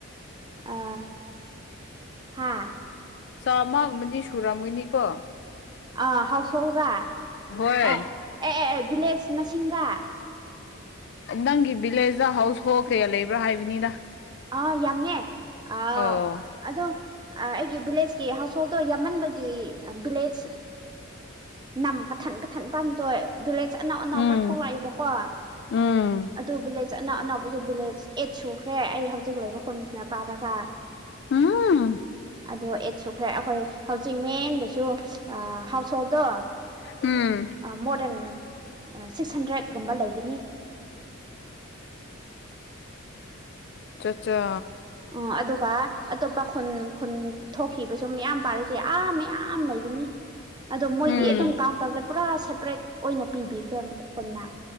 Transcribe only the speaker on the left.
ꯆꯥꯝꯃ ꯑꯃꯗꯤꯗꯤ ꯁꯨꯔꯝꯒꯅꯤꯀꯣ
ꯍꯣꯏ
ꯅꯪꯒꯤ ꯚꯤꯂꯦꯖꯇ ꯍꯥꯎ ꯍꯣꯜ ꯀꯌꯥ ꯂꯩꯕ꯭ꯔꯥ ꯍꯥꯏꯕꯅꯤꯗ
ꯑꯣ
ꯎꯝ
ꯎꯝ
ꯎꯝ
ꯎꯝ
ꯑꯆꯥ ꯑꯠꯆꯥ
ꯎꯝ